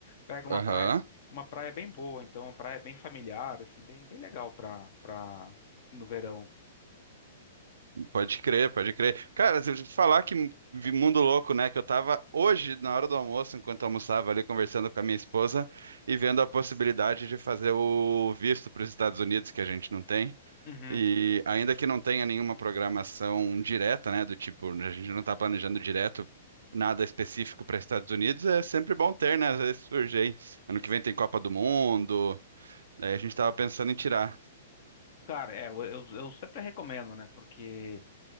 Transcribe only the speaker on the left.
pega uma
praia uma praia bem boa, então uma praia bem familiar, assim, bem bem legal para para no verão.
Uhum.
Cara, é, eu, eu eu sempre recomendo, né? Porque